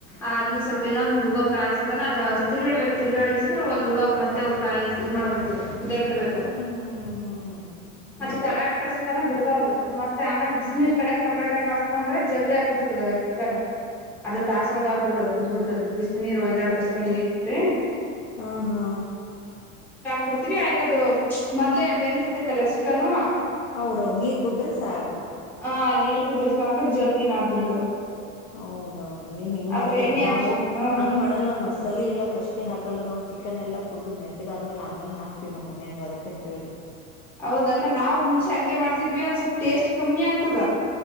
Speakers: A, in the centre; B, on the left (about 80°).
A: ಅದ್ನ್ನ ಸ್ವಲ್ಪ ಇನೊಂದು ಉಗ ಕಾಯಸತನ ಅದ ತಿರ್ಗಡ್ಬೇಕ ತಿರ್ಗಡ ಎಂದ್ರ ಒಂದ್ ಉಗಾ ಮತ್ತೆ ಒ ಕಾಯಿ ಇದ್ ಮಾಡ್ಬೇಕು ಇದ ಕಡ ಬೇಕು
B: ಹ್ಮ್ ಹ್ಮ್ ಹ್ಮ್ ಹ್ಮ್
A: ಅ ಸ್ಥಳ ಅಂಟ್ರಸ್ತನ ಬಿಡಬಾರು ಮತ್ತೆ ಆಮೇಲೆ ಬಿಸಿನೀರ್ ಕಡೆ ಸಪ್ರೇಟ್ ಆ ಕಸ್ಕೊಂಡ್ರೆ ಜಲ್ದಿ ಆಗ್ಬಿಡ್ತದ ಚಿಕನ್ ಅದ ತಾಸೊಳಗ
B: ಹ್ಮ್ ಹ್ಮ್
A: ಆಗ್ಬಿಡ್ತದ ಕುದ್ ಬಿಡ್ತದ ಬಿಸಿನೀರು ಒ್ದಾಡ ಬಿಸಿನೀರು ಇಟ್ರೆ
B: ಹಾ ಹಾ
A: ಬಿಡ್ತಿೀವಿ ಆಯ್ತದು ಮೊದ್ಲೆ ಬೆಂದಿರ್ತೈತಲ್ಲ ಚಿಕನ್
B: ಹೌದೌದ್ ನೀರ್ ಕುುದ್ರೆ ಸಾಕು
A: ಆ ನೀರ್ ಕುದ್ರೆ ಸಾಕು ಜಲ್ದಿನ ಆಗ್ಬಿಡ್ತದ
B: ಹೌದೌದು ನೀವ್ ಹಿಂಗ್
A: ಆದ್ರ
B: ಮಾಡ್ತರ
A: ಎಣ್ಣೆ
B: ನಾವು
A: ಹಾಕ್ಸ ಹ್ಮ್
B: ಹಂಗ್ ಮಾಡಲ್ಲ ಮಸಾಲ ಎಲ್ಲ ಫಸ್ಟ್ೇ ಹಾಕಲ್ಲ ನಾ್ ಚಿ ಚಿಕ್ಕನ್ ಎಲ್ಲ ಕ್ದು ಮೆತ್ತಗಾದ್ಮೇಲೆ ಆಮೇಲೆ ಹಾಕ್ತೀವಿ ನಮ್ಮ ಮನ್ಯಾಗ ಅದಕ್ಕೆ ಕೇಳಿದೆ
A: ಹೌದಾಕ ನಾವು ಮುಂಚೆ ಹಂಗೆ ಮಾಡ್ತಿದ್ವಿ ಅದು ಸ್ವಲ್ಪ್ ಟೇಸ್ಟ್ ಕಮ್ಮಿ ಆಗ್ತದ